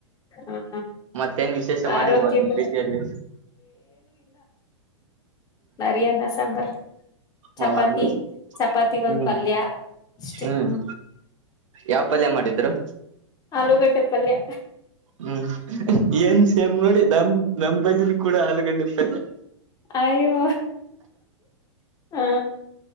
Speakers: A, on the left; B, on the right.
A: ಹ
B: ಮತ್ತೇನ್ ವಿಶೇಷ ಮಾಡಿದ್ಲ್ವಾ
A: ಆರೋಗ್ಯಕರ
B: ನಿನ್ ಪ ಜಲ್ಲಿ
A: ಮರಿಯನ್ನ ಸಾಂಬಾರ್ ಚಪಾತಿ
B: ಹ ಹಂಗ
A: ಚಪಾತಿಗೊಂದ್
B: ಹ್ಮ್
A: ಪಲ್ಯ ಅಷ್ಟೆ
B: ಹ್ಮ್ ಯಾವ ಪಲ್ಯ ಮಾಡಿದ್ರು
A: ಆಲೂಗಡ್ಡೆ ಪಲ್ಯ
B: ಹ್ಮ್ ಏನ್ ಸೇಮ್ ನೋಡಿ ನಮ ನಮಂಬಲಿನ ಕೂಡ ಆಲಗಡ್ಡೆಪ್ಪದೆ
A: ಅಯ್ಯೋ ಹ